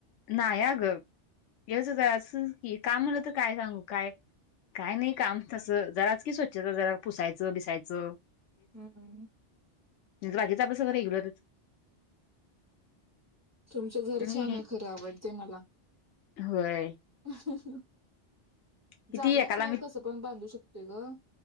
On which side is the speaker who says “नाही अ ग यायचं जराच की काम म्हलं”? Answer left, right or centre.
Left